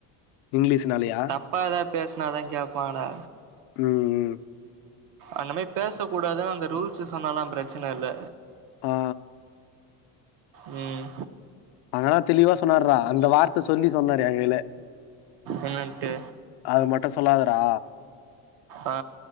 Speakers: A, on the left; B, on the right.
A: இங்கிலீஷ்னாலையா
B: அப்பா ஏதாவது பேசுனாதா கேப்பாங்கடா
A: உம் உம்
B: அந்த மாரி பேச கூடாதுன்னு அந்த ரூல்ஸ் சொன்னாலா ப்ரச்சன இல்ல
A: ஆ ஹா
B: உம்
A: அதனா தெளிவா சொன்னார்ரா அந்த வார்த்த சொல்லி சொன்னாரு ஏங்கைல
B: என்னன்ட்டு
A: அது மட்டு சொல்லாதடா
B: ஆ